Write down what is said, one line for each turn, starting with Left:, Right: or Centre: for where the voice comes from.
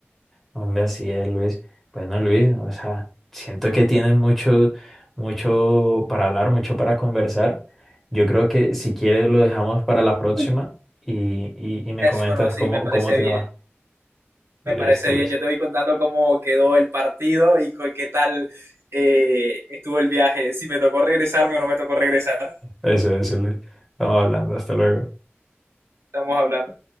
Centre: Hombre, así es, Luis. Bueno, Luis, o sea, siento que tienen mucho, mucho para hablar, mucho para conversar. Yo creo que si quieres lo dejamos para la próxima
Right: Me-
Centre: y, y, y me comentas
Right: Bueno, sí,
Centre: cómo,
Right: me parece
Centre: cómo te
Right: bien.
Centre: va.
Right: Me
Centre: Listo,
Right: parece bien,
Centre: Luis.
Right: yo te voy contando cómo quedó el partido y co- qué tal eh, estuvo el viaje, si me tocó regresarme o no me tocó regresar.
Centre: Eso, eso, Luis. Estamos hablando. Hasta luego.
Right: Estamos hablando.